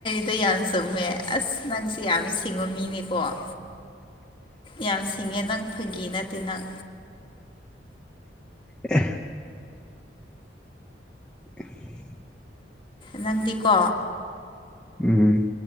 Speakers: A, on the left; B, in the centre.
A: ꯑ ꯌꯥꯝ ꯆꯨꯝꯃꯦꯦ ꯑꯁ ꯅꯪꯁꯦ ꯌꯥꯝ ꯁꯤꯡꯕ ꯃꯤꯅꯦꯀꯣ ꯌꯥꯝ ꯁꯤꯡꯉꯦ ꯅꯪ ꯐꯒꯤ ꯅꯠꯇꯦ ꯅꯪ
B: ꯑ <inaudible>
A: ꯅꯪꯗꯤꯀꯣ
B: ꯎꯝ